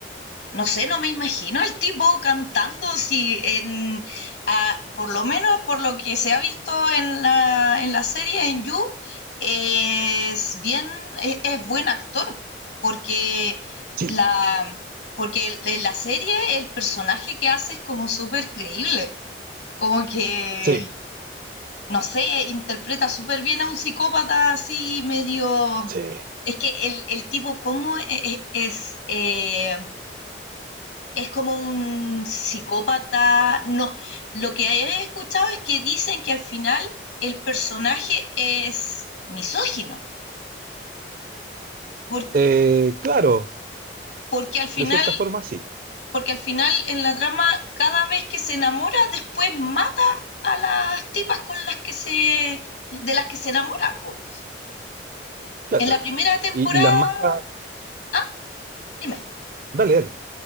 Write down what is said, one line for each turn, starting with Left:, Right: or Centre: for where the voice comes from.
Left: no sé, no me imagino al tipo cantando si en, a, por lo menos por lo que se ha visto en la, en la serie, en You, es bien, es, es buen actor, porque
Right: sí,
Left: la, porque en la serie el personaje que hace es como súper creíble, como que,
Right: sí,
Left: no sé, interpreta súper bien a un psicópata así medio...
Right: sí.
Left: Es que el, el tipo, ¿cómo es? es eh, es como un psicópata. No, lo que he escuchado es que dicen que al final el personaje es misógino, por-
Right: Eh, claro,
Left: porque al final,
Right: de cierta forma sí,
Left: porque al final en la trama cada vez que se enamora después mata a las tipas con las que se de las que se enamora, po.
Right: claro.
Left: En la primera temporada,
Right: Y, y las mangas,
Left: ah, dime.
Right: dale, dale,